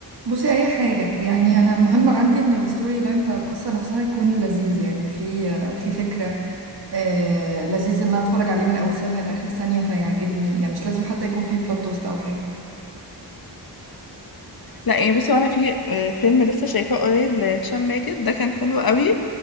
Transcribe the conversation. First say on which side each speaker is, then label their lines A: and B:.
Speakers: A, on the right (about 60°); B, on the left (about 55°).
A: بصي اي حاجه يعني انا المهم عندي ان الستوري لاين بتاع القصه نفسها يكون لذيذ يعني في في فكره آه لذيذ ان انا اتفرج عليه من اول ثانيه لاخر ثانيه فيعجبني يعني مش لازم حتى يكون في بلوت توست او حاجه
B: لا يعني بصي وانا في آه، فيلم لسه شايفاه قريب لهشام ماجد ده كان حلو قوي